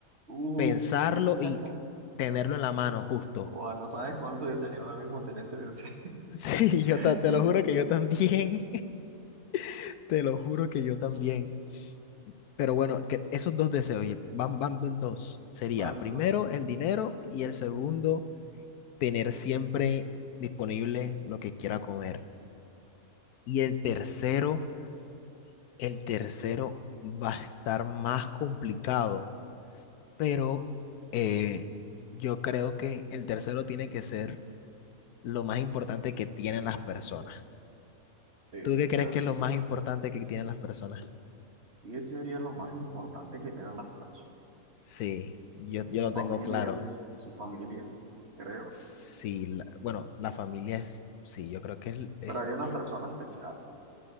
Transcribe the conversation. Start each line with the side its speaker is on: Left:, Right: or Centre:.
Right: Uf,
Left: pensarlo y
Right: <laughs>
Left: tenerlo en la mano, justo.
Right: Buah,
Left: <laughs>
Right: no sabes cuánto desearía ahora mismo tener ese deseo.
Left: Sí, yo
Right: <laughs>
Left: ta- te lo juro que yo también, <laughs> te lo juro que yo también. Pero bueno, que esos dos deseos, oye, van, van van dos. Sería
Right: Ah, no.
Left: primero el dinero y el segundo, tener siempre disponible lo que quiera comer. Y el tercero, el tercero va a estar más complicado pero eh, yo creo que el tercero tiene que ser lo más importante que tienen las personas.
Right: Sí,
Left: ¿Tú
Right: sería
Left: qué crees que
Right: eso.
Left: es lo más importante que tienen las personas?
Right: Y ese sería lo más importante que tienen las personas.
Left: Sí, yo,
Right: Su
Left: yo lo
Right: familia,
Left: tengo claro.
Right: su familia, creo.
Left: Sí, la- bueno, la familia es, sí, yo creo que es, es-
Right: Pero hay una persona especial.